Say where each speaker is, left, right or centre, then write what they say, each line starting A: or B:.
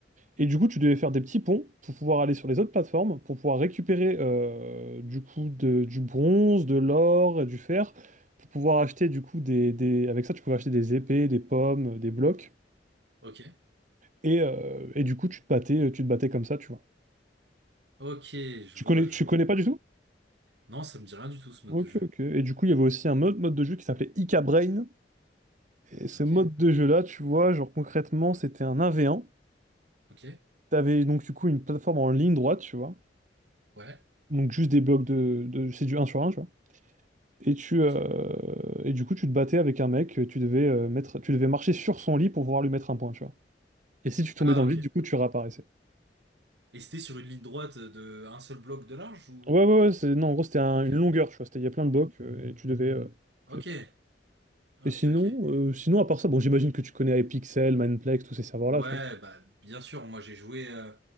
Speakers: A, on the right; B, on the right.
A: Et du coup, tu devais faire des petits ponts pour pouvoir aller sur les autres plateformes, pour pouvoir récupérer euh, du coup de- du bronze, de l'or, et du fer, pour pouvoir acheter du coup des, des- Avec ça, tu pouvais acheter des épées, des pommes, des blocs.
B: Ok.
A: Et, euh, et du coup, tu te battais, tu te battais comme ça, tu vois.
B: Ok, je
A: Tu
B: vois,
A: connais,
B: je
A: tu
B: vois.
A: connais pas du tout?
B: Non, ça me dit rien du tout, ce mode
A: Ok,
B: de jeu.
A: ok. Et du coup, il y avait aussi un autre mode de jeu qui s'appelait Ika Brain. Et ce
B: Ok.
A: mode de jeu-là, tu vois, genre concrètement, c'était un 1v1.
B: Ok.
A: T'avais donc du coup une plateforme en ligne droite, tu vois.
B: Ouais.
A: Donc juste des blocs de... de- C'est du un sur un, tu vois. Et tu
B: Ok.
A: euh, et du coup tu te battais avec un mec, tu devais euh, mettre, tu devais marcher sur son lit pour pouvoir lui mettre un point, tu vois. Et si tu tombais
B: Ah,
A: dans le
B: ok.
A: vide, du coup tu réapparaissais.
B: Et c'était sur une ligne droite de un seul bloc de large ou...
A: Ouais ouais ouais, c'est non en gros c'était un-
B: Ok.
A: une longueur, tu vois, c'était il y a plein de blocs euh, et tu devais, euh,
B: Ok.
A: tu devais partir.
B: Ok,
A: Et sinon
B: ok.
A: euh, sinon à part ça, bon j'imagine que tu connais Epixel, Mineplex, tous ces serveurs
B: Ouais,
A: là, tu vois.
B: bah bien sûr, moi j'ai joué euh,